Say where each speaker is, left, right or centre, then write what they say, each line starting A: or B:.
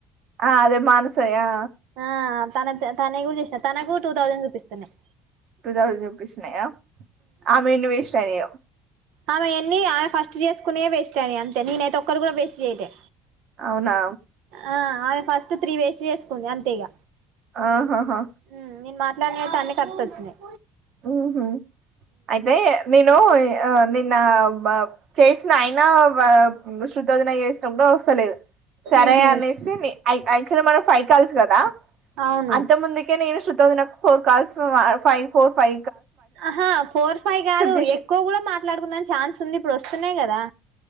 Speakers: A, on the right; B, on the right.
A: ఆ అదే మానస య్ ఆ
B: ఆ తనద్ తనై కూడా చేసిన తనకు టూ థౌజండ్ చూపిస్తున్నాయ్
A: టూ థౌసండ్ చూపిస్తున్నాయా ఆమెయెన్ని వేష్టానైయ్ యో
B: ఆమెయేన్నీ ఆమె ఫస్ట్ చేసుకున్నాయే వేస్ట్ అయినాయి అంతే నినైతే ఒక్కటి కూడా వేస్ట్ చేయలే
A: అవునా
B: ఆ ఆమె ఫస్ట్ త్రీ వేస్ట్ చేసుకుంది అంతే ఇగ
A: ఆహాహా
B: హు నేను మాట్లాడిన నైతే అన్ని ఖర్ట్ ట్టోచ్చినయ్
A: మ్ హు అయితే నిను ఈ ఆ నా బా చేసిన అయినా వా శృతోదినకు చేసిన కూడ వస్తలేదు సరే
B: ఉహు
A: అనేసి ని ఐ ఆచ్చువల్గా మన ఫై కాల్స్ కదా
B: అవును
A: అంత ముందుకే నేను శృ తోదినకు ఫోర్ కల్స్ ఆ ఫైవ్ ఫోర్ ఫై
B: ఆహా ఫోర్ ఫైవ్ కాదు
A: చేసింది
B: ఎక్కువ కూడా మాట్లాడుకుందానికి ఛాన్స్ ఉంది ఇప్పుడు వస్తు నై కదా